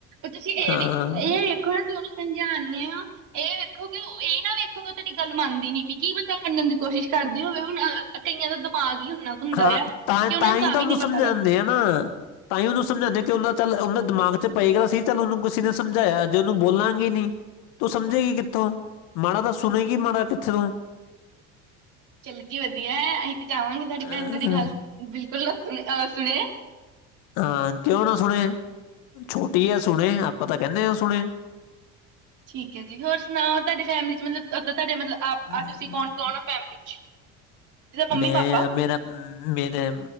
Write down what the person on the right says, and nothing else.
ਤੁਸੀਂ ਇਹ
ਵੀ, ਇਹ ਵੇਖੋ ਨਾ ਕੀ ਉਹਨੂੰ ਸਮਝਾਂਨੇ ਆਂ
ਇਹ ਨਾ ਵੇਖੋ ਤਾਂ ਤੁਹਾਡੀ ਗੱਲ ਮੰਨਦੀ ਨੀ ਪਈ, ਕੀ ਪਤਾ ਓਹ ਮੰਨਣ ਦੀ ਕੋਸ਼ਿਸ਼ ਕਰਦੀ ਹੋਵੇ, ਹੁਣ ਕਈਆਂ ਦਾ ਦਿਮਾਗ ਹੀ ਉਨਾ ਕੁ ਹੁੰਦਾ
ਆ
ਕਿ ਉਹਨਾਂ
ਨੂੰ
ਵੀ
ਨਹੀਂ
ਪਤਾ ਲੱਗਦਾ
ਚੱਲ ਗੀ ਹੋਣੀ ਹੈ। ਅਸੀਂ ਤੇ ਜਾਵਾਂਗੇ, ਤੁਹਾਡੀ
ਭੈਣ, ਤੁਹਾਡੀ ਘਰ- ਬਿਲਕੁਲ ਨਾ, ਸੁਣੇ ਅ ਸੁਣੇਆ।
ਠੀਕ ਹੈ ਜੀ, ਹੋਰ ਸੁਣਾਓ ਤੁਹਾਡੇ ਫੈਮਲੀ ਚ, ਮਤਲਬ ਤੁਹਾਡੇ ਮਤਲਬ ਹ
ਤੁਸੀਂ ਕੌਣ- ਕੌਣ ਹੋ ਫੈਮਿਲੀ ਚ। ਜਿੱਦਾਂ ਮੰਮੀ
ਪਾਪਾ